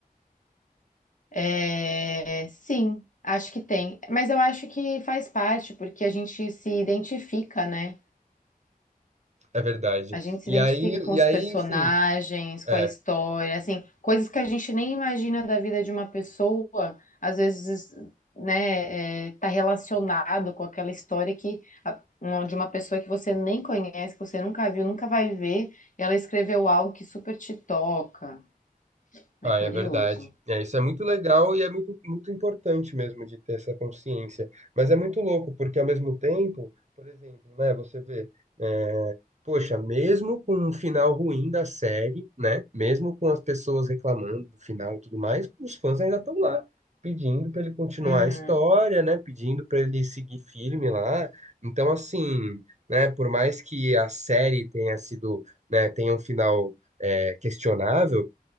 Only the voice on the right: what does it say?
É verdade.
E
aí,
e
aí,
enfim,
é,
Ah,
é verdade. É, isso é muito legal e é muito, muito importante mesmo de ter essa consciência. Mas é muito louco, porque ao mesmo tempo, por exemplo, né, você vê, é, poxa, mesmo com um final ruim da série, né, mesmo com as pessoas reclamando do final e tudo mais, os fãs ainda estão lá, pedindo para ele continuar
a história, né, pedindo para ele seguir firme lá. Então, assim, né, por mais que a série tenha sido, né, tenha um final, é, questionável,